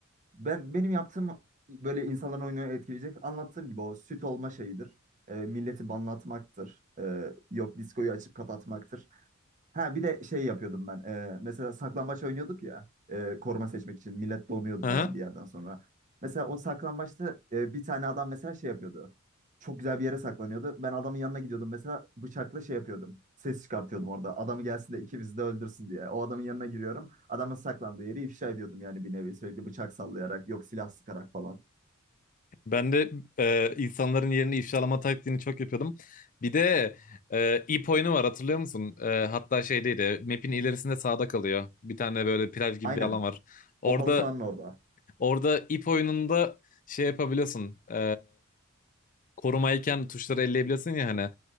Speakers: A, on the right (about 35°); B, on the left (about 40°).
A: Ben benim yaptığım böyle insanların oyununu etkileyecek anlattığım gibi o süt olma şeyidir. E, milleti banlatmaktır. E, yok diskoyu açıp kapatmaktır. Ha bir de şey yapıyordum ben. Ee, mesela saklambaç oynuyorduk ya. e, koruma seçmek için. Millet donuyordu
B: Aha.
A: falan bir yerden sonra. Mesela o saklambaçta e, bir tane adam mesela şey yapıyordu. Çok güzel bir yere saklanıyordu. Ben adamın yanına gidiyordum. Mesela bıçakla şey yapıyordum. Ses çıkartıyordum orada. Adamı gelsin de ikimizi de öldürsün diye. O adamın yanına giriyorum. Adamın saklandığı yeri ifşa ediyordum yani bir nevi. Sürekli bıçak sallayarak yok silah sıkarak falan.
B: Ben de e, insanların yerini ifşalama taktiğini çok yapıyordum. Bir de e, ip oyunu var hatırlıyor musun? E, hatta şey de map'in ilerisinde sağda kalıyor. Bir tane böyle plaj gibi
A: Aynen.
B: bir alan var. Orada
A: O halı sahanın orada.
B: orada ip oyununda şey yapabiliyorsun. E, korumayken tuşları elleyebilirsin ya hani.